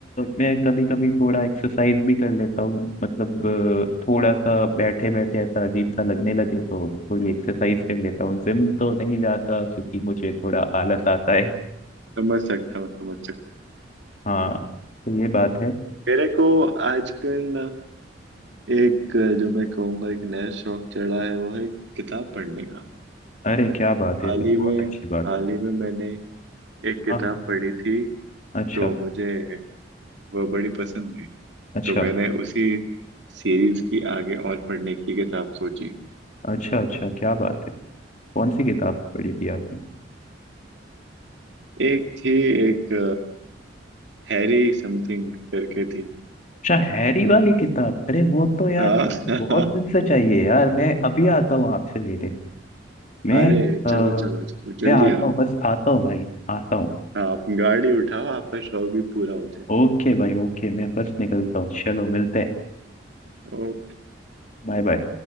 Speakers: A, on the left (about 40°); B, on the right (about 70°).
A: मैं कभी कभी थोड़ा एक्सरसाइज भी कर लेता हूँ मतलब अ, थोड़ा सा बैठे बैठे ऐसा अजीब सा लगने लगे तो थोड़ी एक्सरसाइज कर लेता हूँ जिम तो नहीं जाता क्योंकि मुझे थोड़ा आलस आता है
B: समझ सकता हूँ समझ सकता
A: हाँ तो ये बात है
B: हूँ मेरे को आजकल ना एक जो मैं कहूँगा एक नया शौक चढ़ा है वो है किताब पढ़ने का
A: अरे क्या बात है
B: हाल
A: ये तो बहुत
B: ही में
A: अच्छी बात
B: हाल ही में मैंने एक किताब
A: हाँ हाँ।
B: पढ़ी थी
A: अच्छा
B: तो मुझे वह बड़ी पसंद हुई
A: अच्छा
B: तो मैंने उसी सीरीज की आगे और पढ़ने की किताब सोची
A: अच्छा अच्छा क्या बात है कौन सी किताब पढ़ी थी आपने
B: एक थी एक हैरी समथिंग करके थी
A: अच्छा हैरी वाली किताब अरे वो तो यार
B: हाँ <laughs>
A: बहुत दिन से चाहिए यार मैं अभी आता हूँ आपसे लेने मैं
B: अरे
A: अ,
B: चलो चलो चलो जल्दी
A: मैं आता
B: आओ
A: हूँ बस आता हूँ भाई आता हूँ
B: आप गाड़ी उठाओ आपका शौक भी पूरा हो
A: ओके भाई ओके मैं बस निकलता हूँ चलो मिलते हैं
B: जाए
A: Bye bye